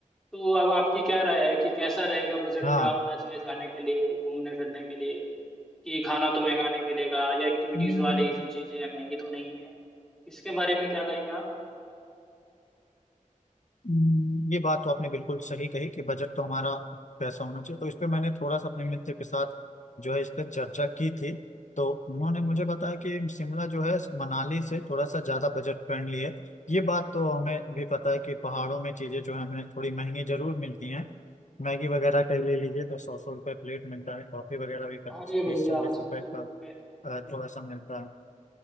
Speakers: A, in the centre; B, on the left.
A: तो अब आपकी क्या राय है कि कैसा रहेगा बजट
B: हाँ
A: क्या होना चाहिए जाने के लिए घूमने फिरने के लिए कि खाना तो महंगा नहीं मिलेगा या एक्टिविटीज
B: हाँ
A: वाली जो चीजें हैं महंगी तो नहीं है इसके बारे में क्या कहेंगे आप
B: हम्म, ये बात तो आपने बिल्कुल सही कही कि बजट तो हमारा पैसा होना चाहिए तो इस पे मैंने थोड़ा सा अपने मित्र के साथ जो है इस पे चर्चा की थी तो उन्होंने मुझे बताया कि शिमला जो है मनाली से थोड़ा सा ज़्यादा बजट फ्रेंडली है ये बात तो हमें भी पता है कि पहाड़ों में चीज़ें जो है हमें थोड़ी महंगी जरूर मिलती हैं मैगी वगैरह का ही ले लीजिए तो सौ सौ रुपये प्लेट मिलता है कॉफ़ी वगैरह भी तीस
A: अरे भैया
B: चालीस रुपए
A: सौ सौ
B: का
A: रुपये
B: अ, थोड़ा सा मिलता है